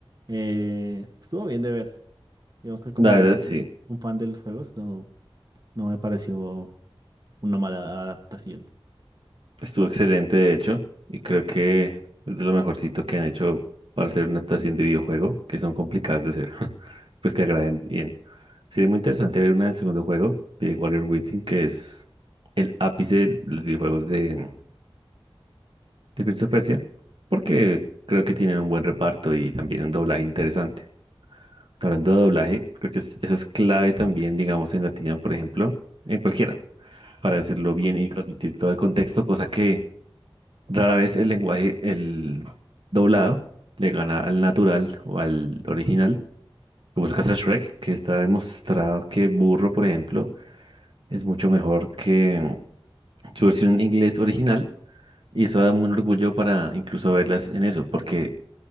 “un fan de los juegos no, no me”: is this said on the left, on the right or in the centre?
Right